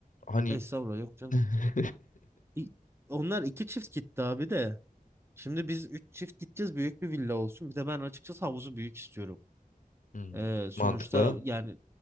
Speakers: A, on the left (about 60°); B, on the right (about 15°).
A: Hani
B: estağfurullah yok canım.
A: <laughs>
B: İ- Onlar iki çift gitti abi de. Şimdi biz üç çift gideceğiz. Büyük bir villa olsun. Bir de ben açıkçası havuzu büyük istiyorum.
A: Hmm,
B: Ee, sonuçta
A: mantıklı.
B: yani